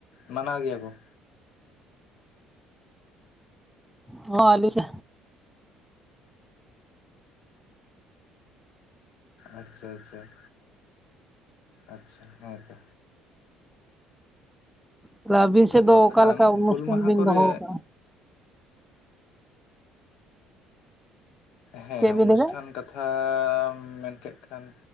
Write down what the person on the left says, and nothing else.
ᱢᱟᱱᱟᱣ ᱜᱮᱭᱟ ᱠᱩᱸ?
ᱟᱪᱪᱷᱟ ᱟᱪᱷᱟ ᱟᱪᱪᱷᱟ ᱦᱚᱸᱭ ᱛᱚ
ᱟᱫᱚ
ᱠᱷᱟᱱ
ᱦᱩᱞ ᱢᱟᱦᱟ
ᱠᱚᱨᱮ
ᱦᱮᱸ
ᱚᱱᱩᱥᱴᱷᱟᱱ
ᱠᱟᱹᱛᱷᱟᱢ ᱢᱮᱱ ᱠᱮᱜ‌ ᱠᱷᱟᱱ